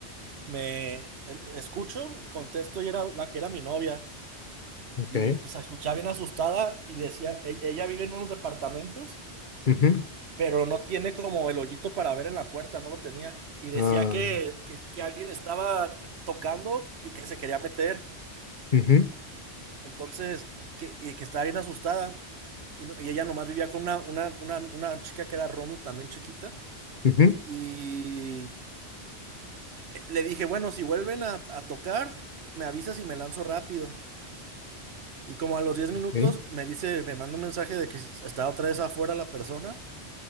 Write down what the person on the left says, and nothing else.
ok,
ujú,
ah,
ujú,
ujú,
ok,